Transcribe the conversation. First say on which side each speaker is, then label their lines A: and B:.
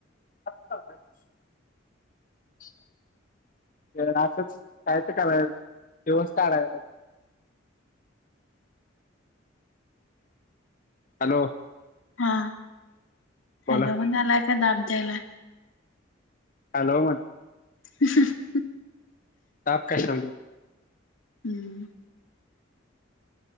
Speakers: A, on the left; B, on the left.
A: <unintelligible> <unintelligible> च कायचं करा व्यवस्थ दिवस काडायच. हॅलो.
B: हा,
A: बोला
B: हॅलो म्हणालाय काय दाब द्यायला.
A: हॅलो म
B: <inaudible>
A: ताप कशाला दु.
B: हम्म.